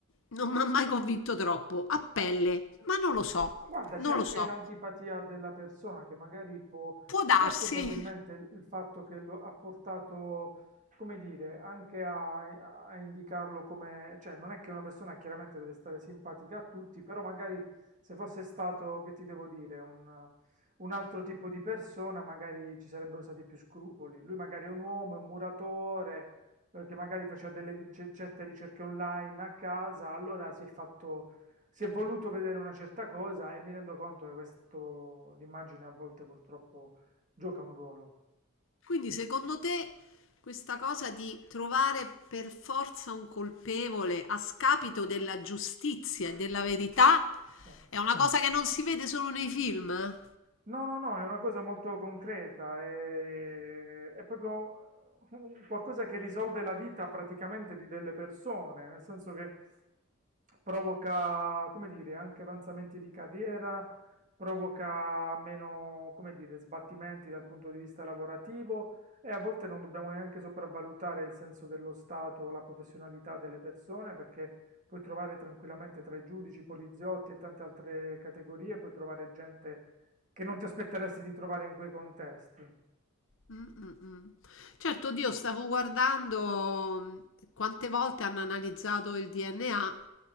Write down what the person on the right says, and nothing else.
Ma Guarda,
c'è anche
l'antipatia della persona che magari può,
e
questo probabilmente il il fatto che lo ha portato, come dire, anche a, a indicarlo come, cioè non è che una persona chiaramente deve stare simpatica a tutti, però magari se fosse stato, che ti devo dire, un, un altro tipo di persona, magari ci sarebbero stati più scrupoli. Lui magari è un uomo, è un muratore, eh, che magari faceva delle ri- ce- certe ricerche online a casa, allora si è fatto si è voluto vedere una certa cosa e mi rendo conto che questo, l'immagine a volte purtroppo gioca un ruolo.
Sì.
No, no, no, è una cosa molto concreta, è, è proprio eh, un- qualcosa che risolve la vita praticamente di delle persone, nel senso che provoca, come dire, anche avanzamenti di carriera, provoca meno, come dire, sbattimenti dal punto di vista lavorativo e a volte non dobbiamo neanche sopravvalutare il senso dello Stato o la professionalità delle persone perché puoi trovare tranquillamente tra i giudici, i poliziotti e tante altre categorie, puoi trovare gente che non ti aspetteresti di trovare in quei contesti.